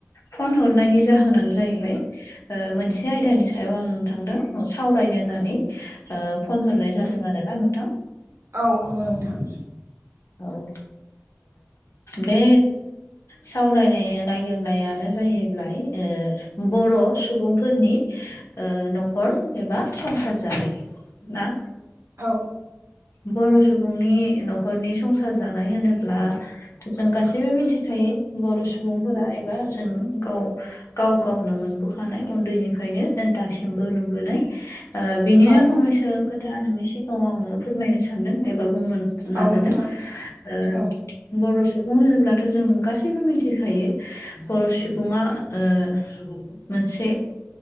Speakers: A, on the left; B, on the right.
A: फन हरनायनि जाहोनानो जाहैबाय मोनसे बे आयदानि सायाव आं नोंथांजों सावरायनो होननानै फन हरनाय जादों आरोना नोंथां।
B: औ औ नोंथां।
A: औ ओ बे सावरायनाय नागिरनायानो जाहैबाय ओ बर' सुबुंफोरनि न'खर एबा संसार जानाय। ना
B: औ।
A: बर' सुबुंनि न'खरनि संसार जानाय होनोब्ला थ' जों गासैबो मिथिखायो बर' सुबुंफोरा एबा जों गाव गाव गावनो मोनबोखानाय उन्दैनिफ्रायनो दासिमबो नुबोनाय। ओ बिनिनो
B: औ
A: फंनैसो खोथा नोंनि सिगाङाव आङो फोरमायनो सानदों एबा बुंनो नाजादों
B: औ नोंथां
A: ओ
B: औ
A: बर' सुबुं होनोब्लाथ' जों गासैबो मिथिखायो बर' सुबुङा ओ मोनसे